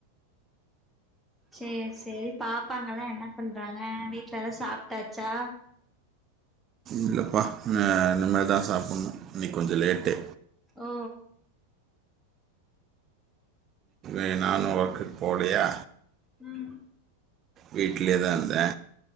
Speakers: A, in the centre; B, on the right (about 30°).
A: செரி செரி பாப்பாங்கல்லா என்ன பண்றாங்க வீட்டு்ல எல்லா சாப்பிட்டாச்சா
B: இல்லப்பா அ இனிமதா தான் சாப்பிடணு இன்னைக்கி கொஞ்சோ லேட்டே
A: ஓ
B: ஏ நானு உக்குக்ப் போலையா
A: ம்
B: வீட்டிலயே தா ந்தே